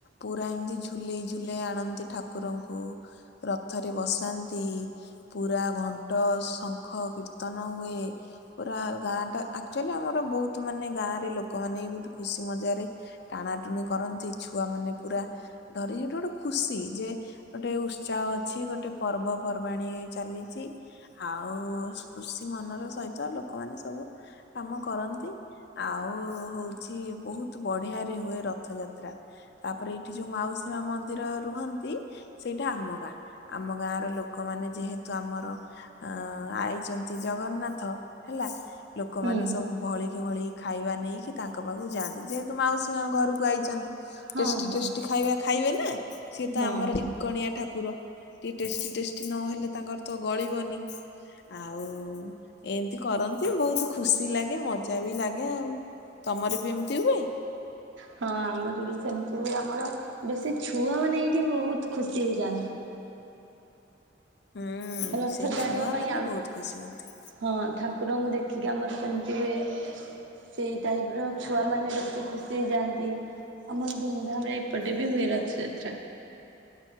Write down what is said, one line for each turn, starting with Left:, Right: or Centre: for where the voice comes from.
Left: ପୁରା ଏମିତି ଝୁଲେଇ ଝୁଲେଇ ଆଣନ୍ତି ଠାକୁରଙ୍କୁ। ରଥରେ ବସାନ୍ତି। ପୁରା ଘଣ୍ଟ, ଶଙ୍ଖ, କୀର୍ତ୍ତନ ହୁଏ। ପୁରା ଗାଁ ଟା ଆଚୁଅଲି ଆମର ବହୁତ ମାନେ ଗାଁ ରେ ଲୋକ ଲୋକମାନେ ଗୋଟେ ଖୁସି ମଜାରେ ଟାଣା ଟୁଣି କରନ୍ତି ଛୁଆ ମାନେ ପୁରା ଧରିକି ଗୋଟେ ଖୁସି ଯେ ଗୋଟେ ଉତ୍ସାହ ଅଛି ଗୋଟେ ପର୍ବପର୍ବାଣିୀ ଚାଲିଛି। ଆଉ ଖୁସି ମନର ସହିତ ଲୋକମାନେ ସବୁ କାମ କରନ୍ତି ଆଉ ହଉଛି ବହୁତ ବଢିଆରେ ହୁଏ ରଥଯାତ୍ରା। ତାପରେ ଏଇଠି ଯୋଉ ମାଉସୀମା ମନ୍ଦିର ରୁହନ୍ତି। ସେଇଟା ଆମ ଗାଁ ଆମ ଗାଁ ର ଲୋକମାନେ ଯେହେତୁ ଆମର ଅ ଆଇଛନ୍ତି ଜଗନ୍ନାଥ ହେଲା। ଲୋକମାନେ
Right: ହୁଁ
Left: ସବୁ ଭଳି କିି ଭଳି ଖାଇବା ନେଇକି ତାଙ୍କ ପାଖକୁ ଯାଆନ୍ତି ଯେହେତୁ ମାଉସୀ ମା ଘରକୁ ଆଇଛନ୍ତି
Right: ହଁ
Left: ଟେଷ୍ଟି
Right: ହଁ
Left: ଟେଷ୍ଟି ଖାଇବା ଖାଇବେ ନା ସିଏ
Right: ହଁ
Left: ତ ଆମରିକଣିଆ
Right: ହଁ।
Left: ଠାକୁର। ଟିକେ ଟେଷ୍ଟି ଟେଷ୍ଟି ନହେଲେ ତାଙ୍କର ତ ଗଳିବନି। ଆଉ ଏମତି କରନ୍ତି ବହୁତ ଖୁସି ଲାଗେ ମଜା ବି ଲାଗେ ଆଉ। ତମର ବି ଏମିତି ହୁଏ?
Right: ହଁ ଆମର ବି ସେମତି ବି ଆମର ବେଶୀ ଛୁଆ ମାନେ ଏଇଠି ବହୁତ ଖୁସି ହେଇଯାଆନ୍ତି।
Left: ହୁଁ
Right: ରଥ
Left: ସେଇ
Right: ଟାଣିବା
Left: ଛୁଆ
Right: ପାଇଁ
Left: ମାନେ
Right: ଆ
Left: ବହୁତ ଖୁସି ହୁଅନ୍ତି।
Right: ହଁ ଠାକୁରଙ୍କୁ ଦେଖିକି ଆମର ସେମିତି ହୁଏ ସେଇ ଟାଇପର ଛୁଆମାନେ ବେଶୀ ଖୁସି ହେଇଯାଆନ୍ତି। ଆମର ଦମ ଧାମରେ ଏପଟେ ବି ହୁଏ ରଥଯାତ୍ରା।